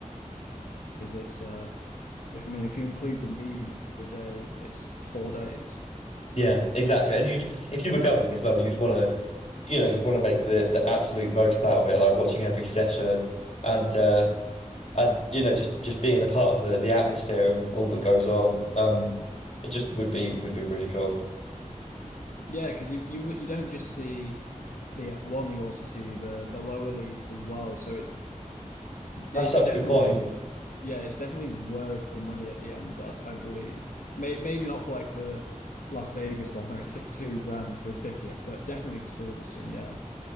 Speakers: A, on the left (about 90°); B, on the left (about 55°).
A: is it's uh if I mean, if you include the media day, it's four days.
B: Yeah, exactly. And you'd, if you were going as well, you'd want to, you know, you'd want to make the the absolute most out of it, like watching every session and uh and you know just just being a part of the the atmosphere and all that goes on. Um, it just would be would be really cool.
A: Yeah, because you you would- you don't just see the F1, you also see the the lower leagues as well. So it it's
B: That's such
A: definitely
B: a good point.
A: yeah, it's definitely worth the money at the end, I, I believe. May, maybe not for like the Las Vegas one where it's like two grand for a ticket, but definitely for Silverstone, yeah.